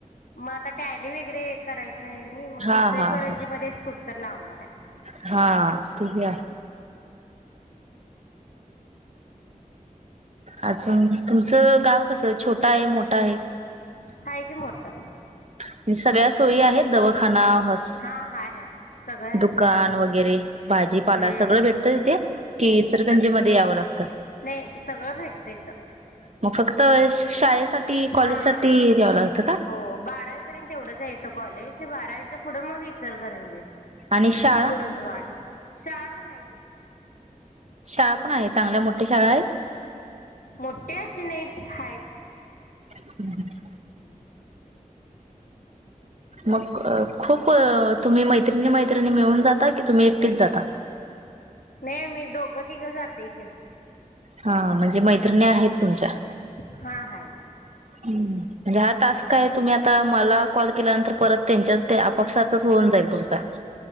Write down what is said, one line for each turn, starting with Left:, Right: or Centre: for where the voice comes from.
Left: म आता टॅली वगैरे करायचंय नई, मग ते
Right: हा
Left: इचलकरंजी
Right: हा हा
Left: मध्येच कुठं तर लावणारायत.
Right: हा. ती घ्या. आजून तुमचं गाव कसं, छोट आहे मोठं आहे.
Left: हाय की मोट्ट.
Right: म्हजेे सगळ्या सोयी आहेत दवाखाना, हाॅस‌
Left: हा हाय हाय. सगळं आहे
Right: दुकान वगैरे, भाजीपाला
Left: हम्म.
Right: सगळं भेटतं तिथे कि, इचलकरंजी मध्ये यावं लागत.
Left: नई सगळं भेटत इथं.
Right: मग फक्त शाळेसाठी, कॉलेजसाठी
Left: हा.
Right: द्यावं लागतं का?
Left: हो. बारावी पर्यंत एवढंचय इथं कॉलेज बारावीच्या पुढं मग इचलकरजी.
Right: आणि शाळा
Left: कुरुंदवाड, शाळा पण आहे की.
Right: शाळा पण आहे चांगल्या मोठ्ठ्या शाळा आहेत.
Left: मोठे असे नाही आहेत,
Right: हम् ह <unintelligible> मग खूप तुम्ही मैत्रिणी मैत्रिणी मिळून जाता की तुम्ही एकटीच जाता
Left: नाही मी दोघं तिघं जातयकी
Right: हा म्हणजे, मैत्रिणी आहेत तुमच्या-
Left: हा, हायत
Right: हम्म हा टास्क, काय तुम्ही आता मला कॉल केल्यानंतर परत त्यांच्यात ते आपापसातच होऊन जाईल तुमचा